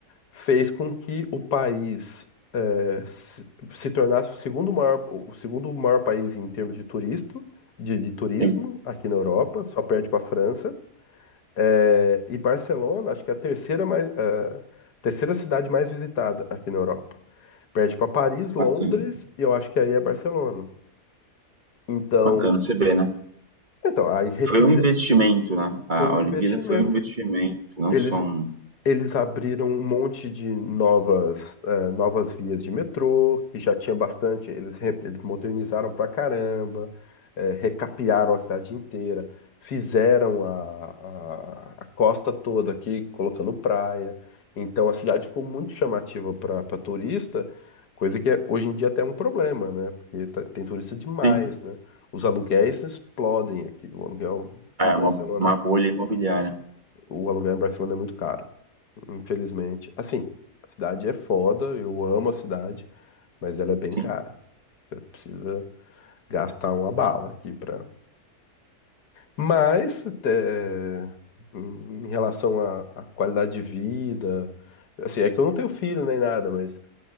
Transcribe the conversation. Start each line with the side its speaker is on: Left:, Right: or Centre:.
Left: fez com que o país eh, se, se tornasse o segundo maior, o segundo maior país em termos de turista, de, de turismo
Right: Sim.
Left: aqui na Europa, só perde para a França. É, e Barcelona, acho que é a terceira mais, eh, terceira cidade mais visitada aqui na Europa. Perde para Paris, Londres
Right: Bacana.
Left: e eu acho que aí é Barcelona. Então,
Right: Bacana você ver, né?
Left: então aí refizer
Right: Foi um investimento, né? A
Left: foi um
Right: Olimpíada
Left: investimento.
Right: foi um investimento, não
Left: Eles
Right: só um.
Left: Eles abriram um monte de novas, eh, novas vias de metrô, que já tinha bastante, eles, re- eles modernizaram pra caramba, eh, recapearam a cidade inteira, fizeram a, a, a costa toda aqui, colocando praia. Então a cidade ficou muito chamativa para turista, coisa que é- hoje em dia até é um problema, né? Porque tá- tem turista demais,
Right: Sim.
Left: né? Os aluguéis explodem aqui, o aluguel
Right: É
Left: em Barcelona.
Right: uma, uma bolha imobiliária.
Left: O aluguel em Barcelona é muito caro, infelizmente. Assim, a cidade é foda, eu amo a cidade, mas ela é bem
Right: Sim,
Left: cara. Você precisa gastar uma bala aqui pra. Mas, é, em relação à à qualidade de vida, assim, é que eu não tenho filho nem nada, mas